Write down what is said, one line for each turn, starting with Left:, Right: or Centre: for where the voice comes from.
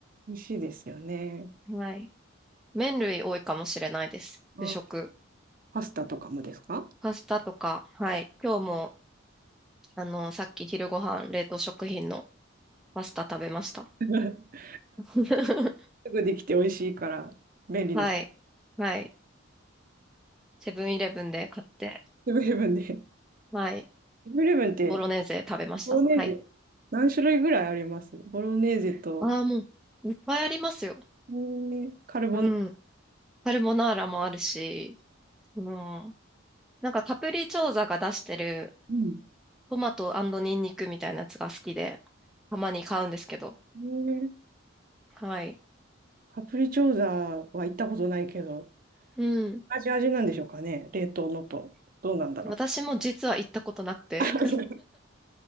Right: 美味しいですよね。
Centre: はい。麺類多いかもしれないです。
Right: あ
Centre: 主食。
Right: パスタとかもですか
Centre: パスタとか、はい。今日も、あの、さっき昼ご飯、冷凍食品のパスタ食べました。
Right: <laughs>
Centre: <laughs>
Right: すぐできて美味しいから便利です。
Centre: はい。はい。セブンイレブンで買って、
Right: セブンイレブンで。セ
Centre: はい。
Right: ブンイレブンって
Centre: ボロネーゼ食べました。
Right: ボロネーゼ
Centre: はい。
Right: 何種類ぐらいありますボロネーゼと、
Centre: ああ、もう、いっぱいありますよ。
Right: えーカルボナ
Centre: うん。カルボナーラもあるし、うん。なんかカプリチョーザが出してる
Right: うん
Centre: トマトニンニクみたいなやつが好きで、たまに買うんですけど。
Right: えー
Centre: はい。
Right: カプリチョーザは行ったことないけど、
Centre: うん。
Right: 味味なんでしょうかね冷凍のと。どうなんだろう
Centre: 私も実は行ったことなくて、
Right: <laughs>